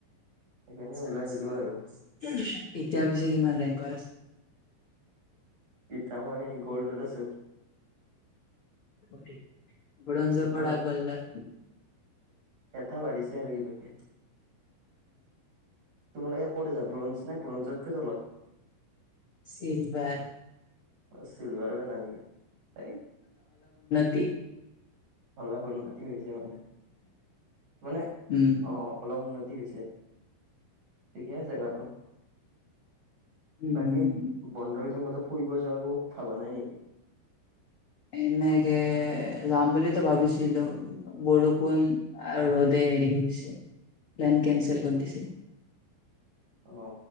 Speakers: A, on the right; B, on the left.
A: <unintelligible>
B: এতিয়া
A: আহিলো
B: পিছে
A: আৰু
B: কিমান ৰেংকত আছা? <unintelligible>
A: এতিয়া মই গ'ল্ডত আছো।
B: অ, ব্ৰঞ্জৰ
A: এটা
B: পৰা
A: বাৰ
B: গ'ল্ডত
A: কথা বাঢ়িছে আৰু বিলাকে তোমালোকে ক'ত আছা? ব্ৰঞ্জ নে ব্ৰঞ্জতকৈ তলত?
B: চিলভাৰ।
A: অ, চিলভাৰত আছা নেকি? এই
B: কি
A: অলপ উন্নতি হৈছে আৰু, মানে অ,
B: উম
A: অলপ উন্নতি উন্নতি হৈছে, ঠিকে আছে বাৰু।
B: উম
A: বাকী, বন্ধকেইদিন ক'ৰবাত ফুৰিব যোৱাতো ভাবা নাই নেকি?
B: এনেকে যাম বুলিটো ভাবিছিলো, বৰষুণ আৰু ৰ'দে হেৰি কৰি দিছে, প্লেন কেনচেল কৰি দিছে।
A: অ